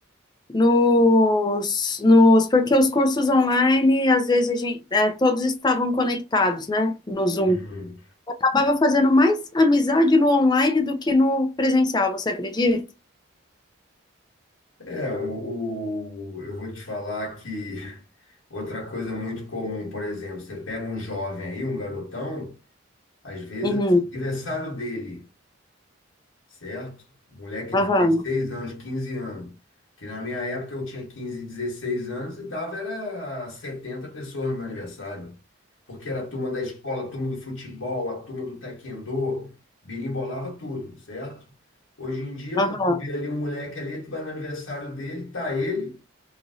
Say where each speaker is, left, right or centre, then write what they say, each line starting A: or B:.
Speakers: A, on the left (about 20°); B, on the left (about 80°).
A: nos, nos, porque os cursos online, às vezes a gente, é, todos estavam conectados, né, no Zoom.
B: Uhum.
A: Acabava fazendo mais amizade no online do que no presencial, você acredita?
B: É, o, o- eu vou te falar que <laughs> outra coisa muito comum, por exemplo, você pega um jovem aí, um garotão, às vezes,
A: Uhum,
B: aniversário dele. certo? Moleque de
A: aham,
B: 16 anos, 15 anos. Que na minha época eu tinha 15, 16 anos e dava era 70 pessoas no meu aniversário. Porque era a turma da escola, a turma do futebol, a turma do taekwondo, birimbolava tudo, certo? Hoje em dia,
A: aham,
B: pô, tu vê ali um moleque ali, tu vai no aniversário dele, tá ele,